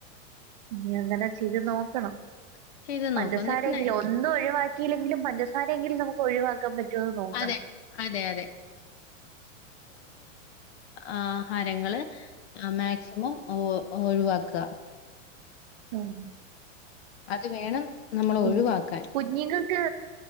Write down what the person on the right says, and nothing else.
ഉം ന്ന് അങ്ങനെ ചെയ്ത്
നോക്കണം
പഞ്ചസാരെയെങ്കിലും
ഒന്നും ഒഴിവാക്കിയില്ലെങ്കിലും പഞ്ചസാരയെങ്കിലും നമുക്ക് ഒഴിവാക്കാൻ പറ്റുമന്ന് നോക്കണം
ആഹ
പിന്നെ
കുഞ്ഞുങ്ങൾക്ക്